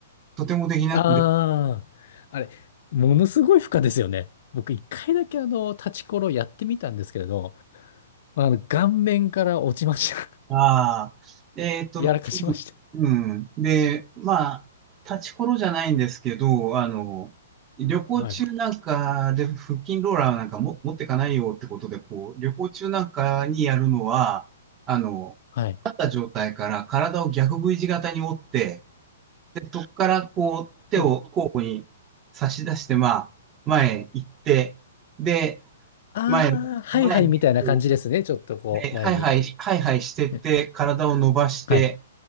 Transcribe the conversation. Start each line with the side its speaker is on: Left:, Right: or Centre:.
Right: とてもできなくで
Left: ああ、あれ、ものすごい負荷ですよね。僕一回だけあの、立ちころやってみたんですけれど、まあの、顔面から落ちました。<laughs>
Right: ああ、えっと、
Left: やらかしまし
Right: うん。で、まあ、立ちころじゃないんですけど、あの、旅行中なんかで腹筋ローラーなんかも持ってかないよってことで、
Left: た。はい。
Right: こう、旅行中なんかにやるのは、あの、
Left: はい。
Right: 立った状態から体を逆 V 字型に折って、で、そこからこう、手を交互に差し出して、
Left: お、
Right: まあ、前行って、で、
Left: ああ、
Right: 前、
Left: はいはいみたいな感じですね。
Right: 前にこ
Left: ちょっとこう、
Right: う、で、ハイハイ、
Left: 前に。
Right: ハイハイしてって、
Left: で
Right: 体を伸ばして、
Left: はい。